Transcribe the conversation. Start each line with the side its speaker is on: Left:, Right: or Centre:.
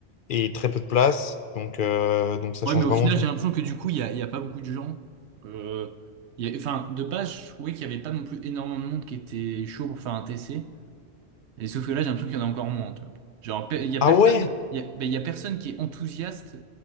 Left: et très peu de place. Donc, euh, donc ça
Right: Ouais,
Left: change
Right: mais au
Left: vraiment
Right: final,
Left: tout.
Right: j'ai l'impression que du coup, il y a, il y a pas beaucoup de gens. Euh, il y a- enfin, de base, je trouvais qu'il y avait pas non plus énormément de monde qui était chaud pour faire un TC. Et sauf que là, j'ai l'impression qu'il y en a encore moins, tu vois. Genre, pe- il y a
Left: Ah
Right: personne,
Left: ouais?
Right: il y a, ben, il y a personne qui est enthousiaste